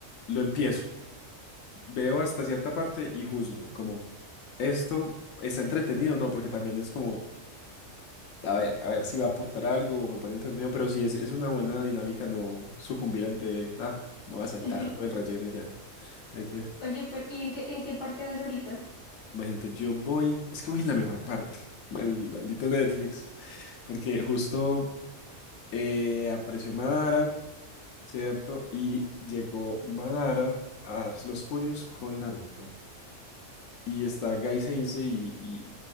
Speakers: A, on the left; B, on the left.
A: lo empiezo, veo hasta cierta parte y juzgo, como esto está entretenido, o no, porque también es como, a ver, a ver si va a aportar algo, o me parece entretenido, pero sí es, es una buena dinámica no sucumbir ante, ah, me voy a saltar
B: <laughs>
A: todo el relleno y ya. Hay que,
B: Oye, pero, ¿y en qué, en qué parte vas ahorita?
A: imagínate, yo voy, es que voy en la mejor parte, mal- maldito Netflix, porque justo. Eh, apareció Madara, ¿cierto? Y llegó Madara a darse los puños con Naruto. Y está Gai Sensei y, y-